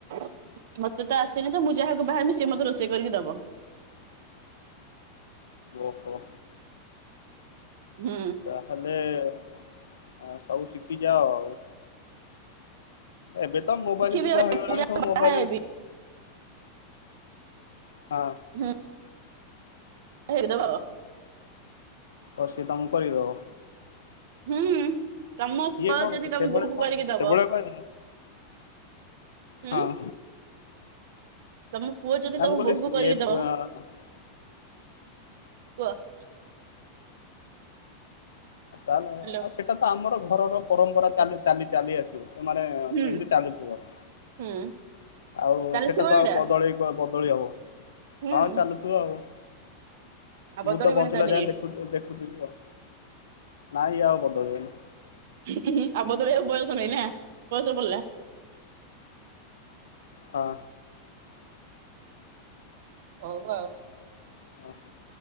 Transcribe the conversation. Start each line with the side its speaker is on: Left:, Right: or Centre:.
Right: <unintelligible> ମତେ ତ ଆସେନି ତ ମୁଁ ଯାହାକୁ ବାହାହେବି ସିଏ ମୋତେ ରୋଷେଇ କରିକି ଦବ।
Left: ଓ ହୋ।
Right: ହୁଁ।
Left: ତାହେଲେ ଅ ସବୁ ଶିଖିଯାଅ ଆଉ। ଏବେ ତ ମୋବାଇଲ
Right: ଶିଖିବି
Left: ଯୁଗ
Right: ଆଉ
Left: ହେଇଗଲାଣି ସବୁ ମୋବାଇଲ
Right: ବାହା ହେବି
Left: ହଁ।
Right: ହୁଁ। ହେଇ ଦବ
Left: ଓ ସିଏ ତମକୁ କରିକି ଦବ?
Right: ହୁଁ ତମ
Left: ସିଏ
Right: ପୁଅ
Left: କଣ
Right: ଯଦି
Left: ସେଭଳିଆ
Right: ତମ ବୋହକୁ
Left: କଣ
Right: କରିକି ଦବ।
Left: ସେଭଳିଆ କଣ
Right: ହୁଁ
Left: ହଁ।
Right: ତମ ପୁଅ ଯଦି
Left: ନା
Right: ତମ
Left: ମୁଁ କହିଲି
Right: ବୋହୂକୁ
Left: ସିଏ
Right: କରିକି ଦବ
Left: ହଁ
Right: କୁହ।
Left: ତାହେଲେ
Right: ହ୍ୟାଲୋ
Left: ଆଉ ସେଇଟା ତ ଆମର ଘରର ପରମ୍ପରା ଚାଲି ଚାଲି ଚାଲି ଆସିବ ମାନେ-ଏ-ଏ
Right: ହୁଁ
Left: ଏମିତି ଚାଲୁଥିବ।
Right: ହୁଁ।
Left: ଆଉ
Right: ଚାଲିଥିବ
Left: ସେଟା ତ
Right: ଏଇଟା
Left: ଆଉ ବଦଳେଇ ବ ବଦଳି ହବ
Right: ହୁଁ
Left: ହଁ ଚାଲୁଥିବ ଆଉ।
Right: ଆଉ ବଦଳିବନି
Left: ମୁଁ ତ ବଞ୍ଚିଲା
Right: ତାହେଲେ
Left: ଯାଏ
Right: ଇଏ
Left: ଦେଖୁ ଦେଖୁଥିବି ଆଉ ନାଇଁ ଇଏ ଆଉ ବଦଳିବନି।
Right: ହୁଁ ଆଉ ବଦଳେଆକୁ ବୟସ ନାଇଁ ନା ବୟସ ପଡିଲା।
Left: ହଁ।
Right: ହଉ ଆଉ।
Left: ହ